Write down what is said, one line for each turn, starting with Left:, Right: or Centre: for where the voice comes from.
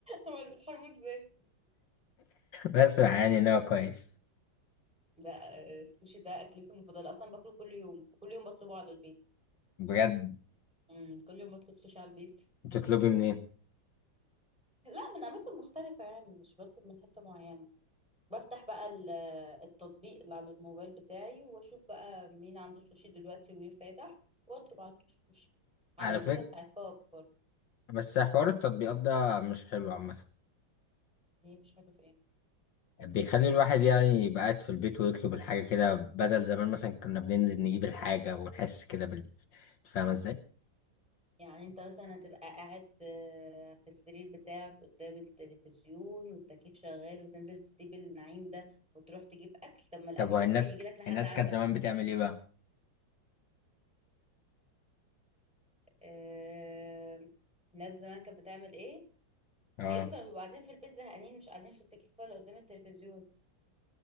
Centre: امال بتحبه ازاي؟
Left: بس يعني ان هو كويس
Centre: لا آه، السوشي ده اكلتي المفضلة اصلا باكله كل يوم كل يوم بطلبه على البيت
Left: بجد
Centre: مم، كل يوم بطلب سوشي على البيت
Left: بتطلبي منين
Centre: لا من اماكن مختلفة يعني مش بطلب من حتة معينة بفتح بقى ال- آه، التطبيق اللي على الموبايل بتاعي واشوف بقى مين عنده سوشي دلوقتي ومين فاتح واطلب على طول سوشي على
Left: على
Centre: الفيزا
Left: فكرة
Centre: بتاعت باب برضه
Left: بس حوار التطبيقات ده مش حلو عامة
Centre: دي مش عارفة ايه
Left: بيخلي الواحد يعني يبقى قاعد في البيت ويطلب الحاجة كده بدل زمان مثلا كنا بننزل نجيب الحاجة ونحس كده بال فاهمة ازاي؟
Centre: يعني انت مثلا هتبقى قاعد آه، في السرير بتاعك قدام التلفزيون والتكييف شغال وتنزل تسيب النعيم ده وتروح تجيب اكل طب ما الاكل
Left: طب وهي
Centre: ممكن
Left: الناس
Centre: يجيلك لحد
Left: الناس
Centre: عندك
Left: كانت زمان بتعمل ايه بقى؟
Centre: آه، الناس زمان كانت بتعمل ايه
Left: اه
Centre: تلاقيهم كانوا بيبقوا قاعدين في البيت زهقانين مش قاعدين في التكييف ولا قدام التلفزيون